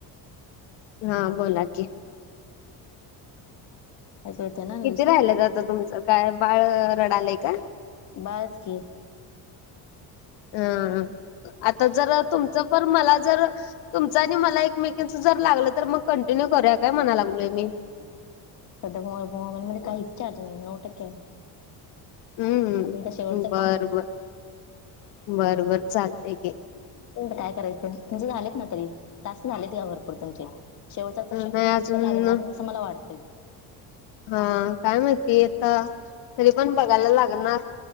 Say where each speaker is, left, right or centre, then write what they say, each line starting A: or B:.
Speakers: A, on the left; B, on the left.
A: हा बोला की
B: ऐकु एतय ना? व्यवस्थित
A: किती राहिल्यात आता तुमचं? काय बाळ रडालय काय?
B: बाळच कीे
A: अं, ह, आता जर तुमचं पण, मला जर तुमच आणि मला एकमेकांच जर लागलं,, तर मग कंटिन्यू करूया,, काय मणाय लागलोय मी.
B: सध्या मो मोबाईलमध्ये काहीच चार्जिंग नाही, नऊ टक्केय
A: हम्म
B: हा तुमचा शेवटच
A: बर
B: कॉल.
A: बर बर बर चालतय की
B: काय करायचं? तुमचं झालेत ना तरी,, टास्क झालेत घ्या भरपूर तुमचे शेवटचा तर
A: नाही
B: शक्यतो कोणता
A: अजून
B: लागणार नाही, असं मला वाटतंय.
A: हा, काय माहिती आता? तरी पण बघायला लागणार,,